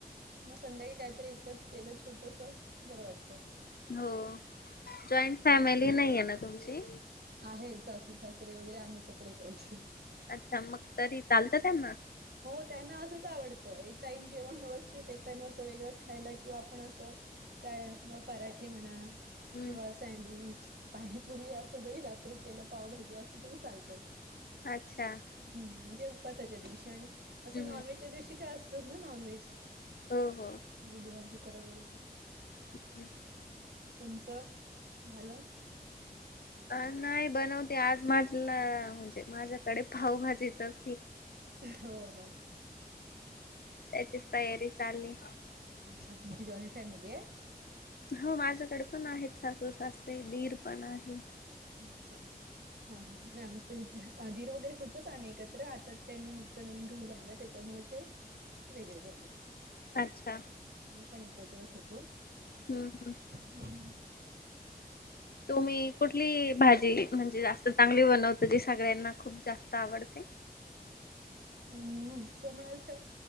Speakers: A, on the right; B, on the left.
A: मग संध्याकाळी काय एकच केलं छोटस बरं वाटत.
B: हो जॉईंट फॅमिली नाहीये ना तुमची.
A: आहे सासू सासरे वगैरे आम्ही एकत्रच आहोत.
B: अच्छा मग तरी चालतं त्यांना.
A: हो त्यांना असंच आवडतं एक टाइम जेवण व्यवस्थित एक टाइम असं वेगळं खायला किंवा आपण असं. काय मग पराठे म्हणा.
B: हम्म
A: किंवा सँडविच, पाणीपुरी असं जरी रात्री केलं, पावभाजी असू तरी चालतात
B: अच्छा
A: हम्म म्हणजे उपसाच्या दिवशी आणि असं
B: हम्म
A: नॉनव्हेजच्या दिवशी काय असतच ना नॉनव्हेज,
B: हो हो
A: बुधवार, शुक्रवार वगैरे
B: <unintelligible>
A: तुमच झालं?
B: अ नाही बनवते आज माझला म्हणजे माझ्याकडे पावभाजीचाच
A: हो हो्
B: त्याचीच तयारी चालली.
A: तुमची जॉईंट फॅमिली आहे.
B: हो माझ्याकडे पण आहेत सासू सासते दीर पण आहे.
A: अच्छा म हा हा नाय आमच इथे दीर वगैरे होतोच आम्ही एकत्र आता त्यांनी नुकतं नवीन घर बांधलं त्याच्यामुळे ते वेगळे झाले.
B: अच्छा
A: आम्ही पण एकत्रच होतो,
B: हम्म.
A: <unintelligible>
B: तुम्ही कुठली भाजी म्हणजे जास्त चांगली बनवता जी सगळ्यांना खूप जास्त आवडते.?
A: हम्म असं म्हणाल तर,